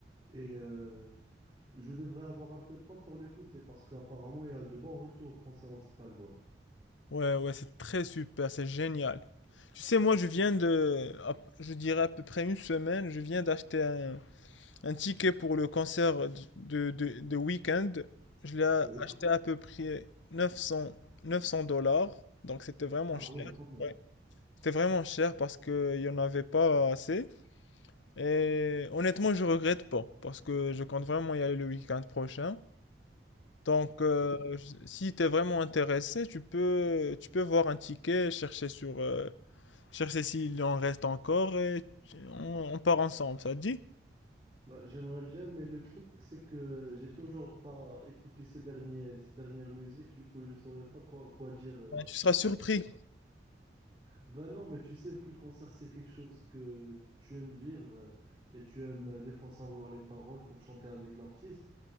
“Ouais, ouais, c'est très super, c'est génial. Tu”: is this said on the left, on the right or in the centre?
Left